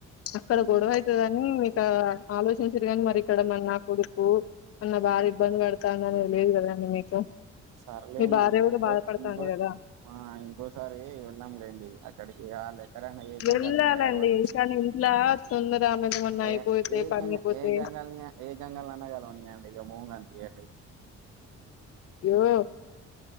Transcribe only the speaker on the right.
ఉమ్.
సరేలేండి
ఇంకో
ఇంకో
ఆ ఇంకోసారి వెళ్ళాంలేండి కడికియాల సరే అన్న ఏ జంగాల్
నాన్న గలవని
అే
ఏ
జ
ఏ గంగాల్ని ఏ గంగాల్న్న గలవనిండి ఇక భూంగంత తీయంండి